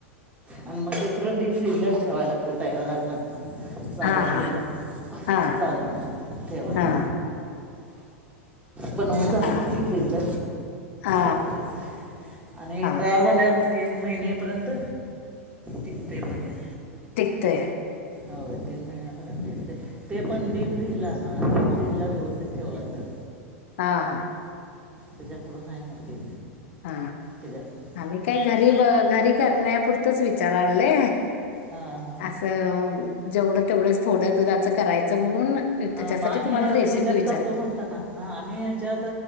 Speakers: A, on the right; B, on the left.
A: आणि मग ए र डी फ्रीजलाच ठेवायला लागते तयार झाल्यानंतर साध्या
B: हा
A: फ्रीजला
B: हा हा
A: चालत नाही ठेवायला
B: हा
A: बनून जाली
B: हा
A: कितीी फ्रंद
B: हा
A: एक नाही. आणि
B: हा
A: तयार झाल्यावर तीन महिनेपर्यंत तिकते पनीर
B: टिकते.
A: हो तीन महिन्यापर्यंत ते पण फ्रीजला हां फ्रीजला व्यवस्थित ठेवला तर
B: हा हा
A: त्याच्या पुुढून आहे मग ते
B: हा
A: त्याच्यात
B: आम्ही काय घरी घरी करण्यापुरतंच विचार आणले.
A: हां हां हां
B: असं जेवढं तेवढंच थोडं दुधाचं करायचं म्हणून त्याच्यासाठी
A: मग आम्ही
B: तुम्हाला रेसिपी
A: ह्याच्यात
B: विचार-
A: करतो ताना हा आम्ही ह्याच्यात